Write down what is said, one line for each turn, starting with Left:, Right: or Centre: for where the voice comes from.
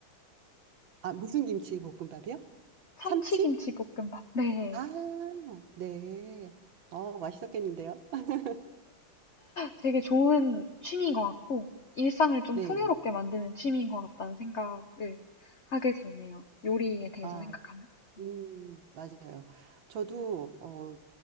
Right: 아, 무슨 김치 볶음밥이요?
Left: 참치김치볶음밥.
Right: 참치?
Left: 네.
Right: 아, 네. 어, 맛있었겠는데요? <laughs>
Left: 되게 좋은 취미인 것 같고, 일상을 좀
Right: 네.
Left: 풍요롭게 만드는 취미인 것 같다는 생각을 하게 되네요. 요리에 대해서
Right: 아,
Left: 생각하면. 음.
Right: 음, 맞아요. 저도 어,